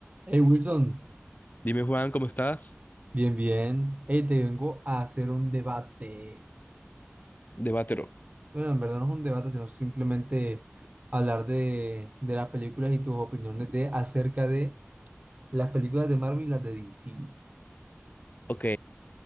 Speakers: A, on the right (about 30°); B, on the left (about 35°).
A: Hey Wilson,
B: Dime, Juan, ¿cómo estás?
A: bien, bien. Hey, te vengo a hacer un debate.
B: Debátelo.
A: Bueno, en verdad no es un debate, sino simplemente hablar de, de las películas y tus opiniones de, acerca de las películas de Marvel y las de DC.
B: Ok,